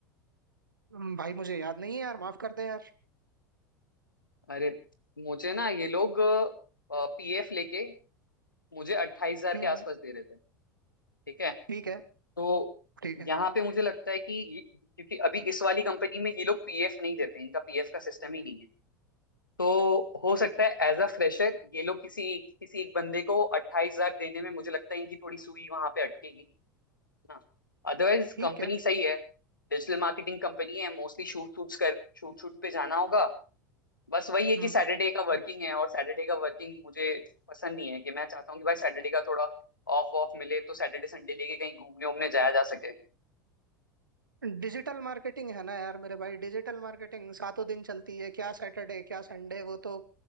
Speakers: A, on the right; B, on the left.
A: हम्म भाई मुझे याद नहीं है यार माफ कर दे यार
B: अरे मुझे ना ये लोग पीएफ लेके मुझे अट्ठाईस हजार
A: हम्म
B: के आसपास
A: हम्म
B: दे रहे थे ठीक है
A: ठीक है
B: तो
A: ठीक है
B: यहाँ पे मुझे लगता है कि ये- क्योंकि अभी इस वाली कंपनी में ये लोग पीएफ नहीं देते इनका पीएफ का सिस्टम ही नहीं तो हो सकता है एज अ फ्रेशर ये लोग किसी किसी एक बंदे को अट्ठाईस हजार देने में मुझे लगता है इनकी थोड़ी सुई वहां पे अटकेगी ना अदरवाइज
A: ठीक
B: कंपनी
A: है
B: सही है डिजिटल मार्केटिंग कंपनी है मोस्टली शूट शूट्स कर शूट शूट पे जाना होगा बस वही है
A: हम्म
B: कि सैटरडे का वर्किंग है और सैटरडे का वर्किंग मुझे पसंद नहीं है कि मैं चाहता हूँ कि भाई सैटरडे का थोड़ा ऑफ ऑफ मिले तो सैटरडे संडे लेके कहीं घूमने उमने जाया जा सके
A: डिजिटल मार्केटिंग है ना यार मेरे भाई डिजिटल मार्केटिंग सातों दिन चलती है क्या सैटरडे क्या संडे वो तो